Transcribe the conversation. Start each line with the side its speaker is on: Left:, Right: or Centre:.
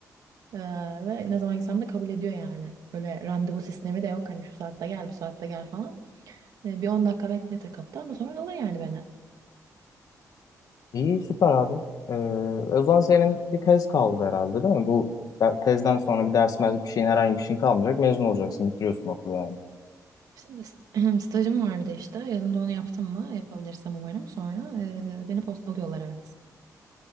Right: Ee, ve ne zaman gitsem de kabul ediyor yani. öyle randevu sistemi de yok hani şu saatte gel bu saatte gel falan. Ee, bir 10 dakika bekletir kapıda ama sonra alır yani beni.
Left: İyi süper abi. Ee, o zaman senin bir tez kaldı herhalde değil mi? Bu de- tezden sonra bir ders mez bir şeyin herhangi bir şeyin kalmayacak. Mezun olacaksın bitiriyorsun okulu yani.
Right: İşte s- <clears throat> stajım var bir de işte yazında onu yaptım mı yapabilirsem umarım sonra e, beni postalıyorlar evet.